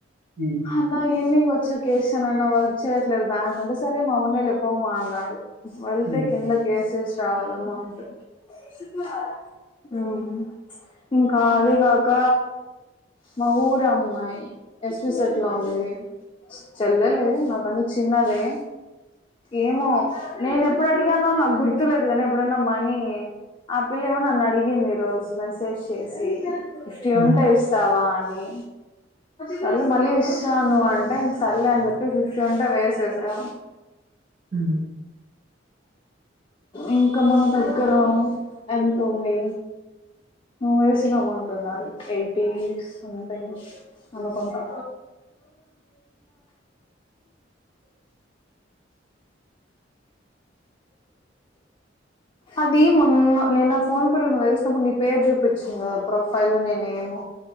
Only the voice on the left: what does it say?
అన్న ఇ ఈవినింగ్ వచ్చా కేస ఏనన్నా వర్ చేయట్లేదు బ్యాంక్ అంటే సరే మా ఉన్నాలే పోమా అన్నాడు వెళ్తే
కింద కేసెస్ రావాలమ్మా అంటే శుక్ల ఓహో ఇంకా అదే కాక మా ఊరు అమ్మాయి ఎస్పి సెట్ లో ఉంది చెల్లెలే నాకంటే చిన్నదే ఏమో నేను ఎప్పుడు అడిగానో నాకు గుర్తులేదు కానీ ఎప్పుడైనా మనీ ఆ పిల్ల ఏమో నన్ను అడిగింది ఈరోజు మెసేజ్ చేేసే ఫిఫ్టీ
ఉంటే
ఇస్తావా అని సర్లే మళ్ళీ ఇస్తా అన్నావ్ అంటే సర్లే అని చెప్పి ష్య ఉంటే వేసేసా
ఇంకా మన దగ్గర ఎంత ఉంది నువ్ వేసిన అమౌంట్ ఉండాలి ఎయిటీ సంథింగ్ అనుకుంటా అది మొన్న నేన్న ఫోన్ పిల్ల వేసినప్పుడు నీ పేరు చూపించాను కదా ప్రొఫైల్ నీ నేమ్